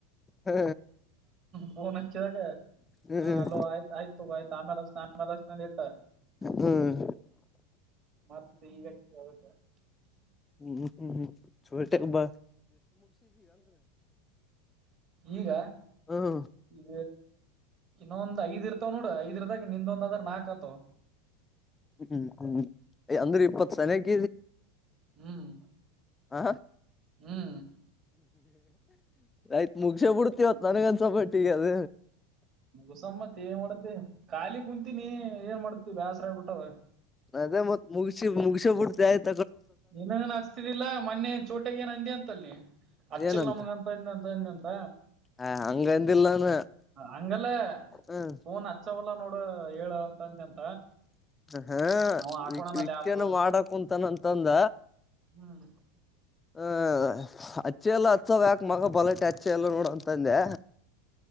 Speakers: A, on the left; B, on the right.
A: ಹ
B: ಪೂನ್ ಹಚ್ಚಿದಾಗ
A: ಹ್ಮ್
B: ಅಲೋ ಆಯ್ತ ಆಯ್ತು ಆಯ್ತು ಆಮೇಲೆ ಆಮೇಲೆಷ್ಟನೆಂದ ಇಟ್ಟ
A: ಹ್ಮ್
B: ಮತ್ತ ಈಗ ಬೌತ್ತ
A: ಹ್ಮ್ ಹ್ಮ್ ಹ್ಮ್ ಚೊಲ್ಟಬ
B: ಈಗ
A: ಹ್ಮ್
B: ಈ ಇನ್ನೊಂದು ಐದ್ ಇರ್ತ ಆ ನೋಡ ಇದದ್ರದಾಗ ನಿಂದೊಂದ್ದನಾಕ ಆತವ
A: ಹ್ಮ್ ಹ್ಮ್ ಹ್ಮ್ ಅಂದ್ರೆ ಇಪ್ಪತ್ ಸನಕ
B: ಹ್ಮ್
A: ಹ
B: ಹ್ಮ್
A: ಆಯ್ತ್ ಮುಗಸೆ ಬಿಡ್ತಿವತ್ತು ನನಗನ್ಸಪಟ್ಟಿಗೆ ಅದ
B: ಮುಗಸನ್ ಮತ್ ಏನ್ ಮಾಡತಿ ಖಾಲಿ ಕುಂತೀನಿ ಏನ್ ಮಾಡ್ತೀವಿ ಬೇಸ್ರಾಯ್ಬಿಟ್ಟವ
A: ಅದೇ ಮತ್ ಮುಗಿಸಿ ಮುಗಸ ಬಿಡ್ತ ಆಯ್ತು
B: ನೀನನ್ ಹಚ್ತಿದಿಲ್ಲಾ ಮೊನೆ ಚೋಟಗ ಏನ್ ಅಂದ ಅಂತಲ್ಲಿ ಹಚ್ಚಿಲ್
A: ಏನಂತ
B: ನಮಗ ಅಂತ ಅಂದ ಅಂತ ಅಂದಂತ
A: ಆ ಹಂಗಂದಿಲ್ಲಾನ
B: ಹಂಗಲ್ಲ
A: ಹ
B: ಫೋನ್ ಹಚ್ಚವಲ್ಲ ನೋಡ ಹೇಳ ಅಂತ ಅಂದ ಅಂತ
A: ಹಾ
B: ಅವ ಹಾಕೋಣನ
A: ವಿಕಾನ
B: ಲ್ಯಾಪ್
A: ಮಾಡಕ ಕುಂತಾ ಅಂತಂದ
B: ಹ್ಮ್
A: ಹ ಅಚ್ಚೆ ಎಲ್ಲ ಹತ್ಸವ ಯಾಕ ಮಗ ಬಲಟೆ ಅಚ್ಚೆ ಎಲ್ಲ ನೋಡಂದೆ